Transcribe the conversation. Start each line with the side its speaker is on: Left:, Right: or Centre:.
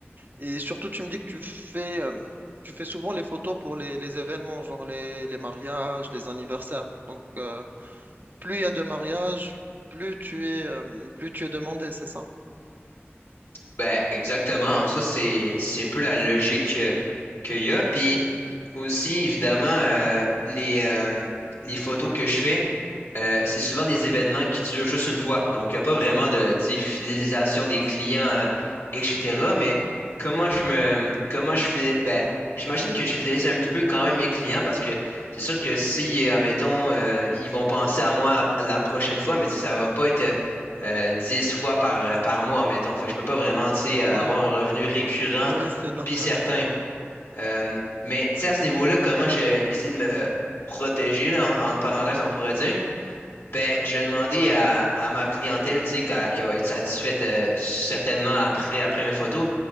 Right: Et surtout, tu me dis que tu fais, euh, tu fais souvent les photos pour les, les événements, genre les, les mariages, les anniversaires. Donc, euh, plus il y a de mariages, plus tu es, euh, plus tu es demandé, c'est ça?
Left: Ben, exactement. En soi, c'est, c'est un peu la logique euh, qu'il y a. Puis aussi, évidemment, euh, les, euh, les photos que je fais, euh, c'est souvent des événements qui durent juste une fois. Donc, il n'y a pas vraiment
Right: Ouais,
Left: de, tu sais, fidélisation des clients, euh, etc. Mais comment je me, comment je fais, ben, j'imagine que je fidélise un petit peu quand même mes clients parce que c'est sûr que si, euh, admettons, euh, ils vont penser à moi la prochaine fois, mais tu sais, ça va pas être euh, 10 fois par, euh, par mois, mettons. Fait que je peux pas vraiment, tu sais, avoir
Right: ouais,
Left: un revenu récurrent
Right: <laughs> ouais, c'est normal.
Left: puis certain. Euh, mais, tu sais, à ce niveau-là, comment j'ai essayé de me protéger, là, en, entre parenthèses, on pourrait dire, ben, je vais demander à, à ma clientèle, tu sais, qu'elle qu'elle va être satisfaite euh, certainement après, après mes photos,